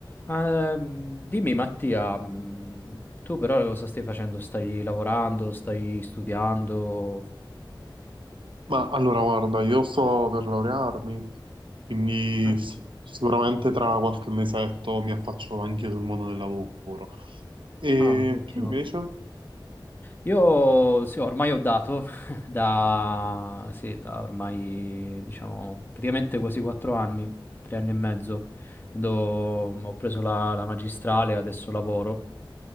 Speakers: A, on the left; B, on the right.
A: Ah, ehm, dimmi Mattia, mm, tu però cosa stai facendo? Stai lavorando? Stai studiando?
B: Ma allora, guarda, io sto per laurearmi, quindi
A: Ah,
B: sì, sicuramente tra qualche mesetto mi affaccio anche sul mondo del lavoro. E
A: ah, ottimo.
B: tu invece?
A: Io sì, ormai ho dato <laughs> da, sì, da ormai diciamo praticamente quasi quattro anni, tre anni e mezzo, quando ho preso la, la magistrale, adesso lavoro